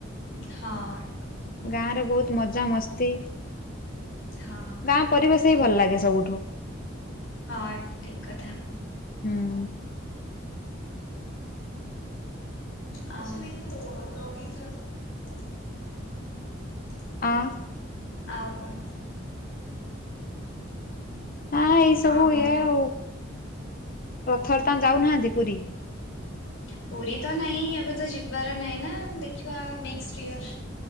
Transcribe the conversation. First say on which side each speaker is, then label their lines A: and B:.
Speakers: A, on the left (about 85°); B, on the left (about 45°).
A: ହଁ।
B: ଗାଁରେ ବହୁତ ମଜା ମସ୍ତି
A: ହଁ
B: ଗାଁ ପରିବେଶ ହିଁ ଭଲ ଲାଗେ ସବୁଠୁ।
A: ହଁ ଠିକ୍ କଥା।
B: ହୁଁ
A: ଆ ନା ଲଗିଇନ କର <inaudible>
B: ଅ <inaudible>
A: ଆଉ ପା
B: ହଁ ଏଇ ସବୁ
A: ଆଉ କଣ
B: ଇଏ
A: କହ?
B: ଆଉ ରଥରେ ତାଙ୍କ ଯାଉନାହାନ୍ତି ପୁରୀ?
A: ପୁରୀ ତ ନାହିଁ ଏବେ ତ ଯିବାର ନାହିଁ ନା ଦେଖିବା ନେକ୍ସଟ୍ ଇୟର୍।